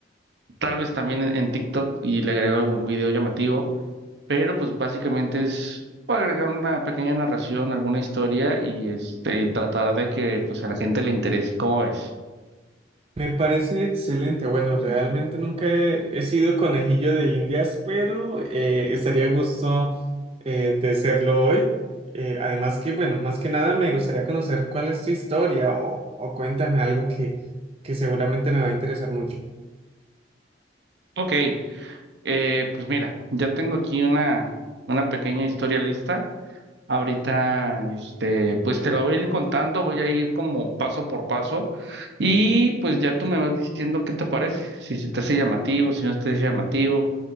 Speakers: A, on the right; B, on the right.
A: tal vez también en, en TikTok y le agrego algún video llamativo, pero pues básicamente es agregar una pequeña narración, alguna historia y este y tratar de que pues a la gente le interese. ¿Cómo ves?
B: Me parece excelente. Bueno, realmente nunca he, he sido conejillo de Indias, pero eh, estaría a gusto eh, de serlo hoy. Eh, además que, bueno, más que nada me gustaría conocer cuál es tu historia o, o cuéntame algo que, que seguramente me va a interesar mucho.
A: Ok, eh, pues mira, ya tengo aquí una, una pequeña historia lista. Ahorita, este, pues te la voy a ir contando, voy a ir como paso por paso y pues ya tú me vas diciendo qué te parece, si se te hace llamativo, si no se te hace llamativo